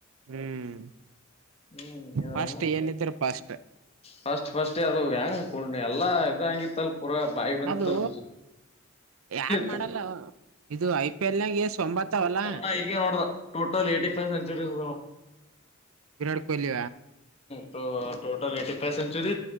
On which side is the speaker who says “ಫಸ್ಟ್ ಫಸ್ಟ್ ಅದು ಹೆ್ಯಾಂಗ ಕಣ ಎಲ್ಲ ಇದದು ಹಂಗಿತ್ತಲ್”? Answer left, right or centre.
Left